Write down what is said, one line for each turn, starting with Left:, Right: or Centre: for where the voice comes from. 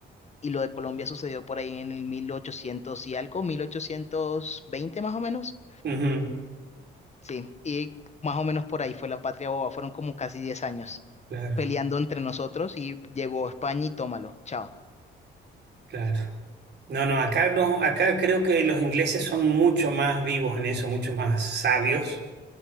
Left: Y lo de Colombia sucedió por ahí en el 1800 y algo, 1820 más o menos.
Right: Ujú,
Left: Sí, y más o menos por ahí fue la patria boba. Fueron como casi 10 años
Right: Claro,
Left: peleando entre nosotros y llegó España y tómalo, chao.
Right: claro. No, no, acá no, acá creo que los ingleses son mucho más vivos en eso, mucho más sabios,